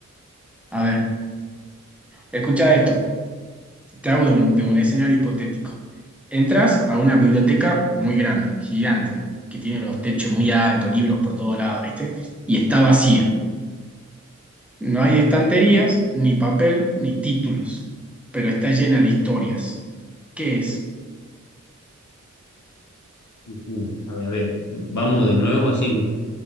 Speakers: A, in the centre; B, on the left.
A: a ver, escucha esto. te hago de un, de un escenario hipotético. Entras a una biblioteca muy grande, gigante, que tiene los techos muy altos, libros por todos lados, ¿viste? Y está vacía. No hay estanterías, ni papel, ni títulos, pero está llena de historias. ¿Qué es?
B: Ujú. A ver, a ver, vamos de nuevo así